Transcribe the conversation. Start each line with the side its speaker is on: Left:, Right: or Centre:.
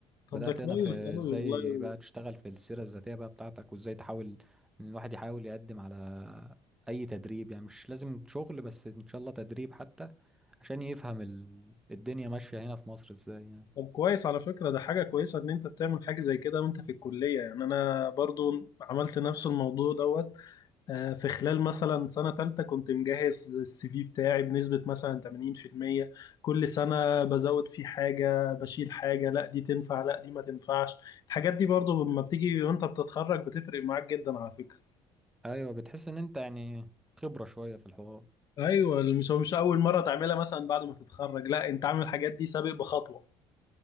Left: طب
Centre: بدأت
Left: ده كويس
Centre: أنا في
Left: قوي
Centre: إزاي
Left: والله
Centre: بقى تشتغل في السيرة الذاتية بقى بتاعتك وإزاي تحاول إن الواحد يحاول يقدم على أي تدريب يعني مش لازم شغل بس إن شاء الله تدريب حتى عشان يفهم ال... الدنيا ماشية هنا في مصر إزاي يعني
Left: طب كويس على فكره ده حاجه كويسه ان انت بتعمل حاجه زي كده وانت في الكليه يعني انا برضو عملت نفس الموضوع دوت آه، في خلال مثلا سنة تالتة كنت مجهز السي في بتاعي بنسبة مثلا 80% كل سنة بزود فيه حاجة بشيل حاجة لا دي تنفع لا دي ما تنفعش الحاجات دي برضو لما بتيجي وانت بتتخرج بتفرق معاك جدا على فكرة
Centre: أيوة بتحس إن أنت يعني خبرة شوية في الحوار
Left: ايوه مش مش اول مرة تعملها مثلا بعد ما تتخرج لا انت عامل الحاجات دي سابق بخطوة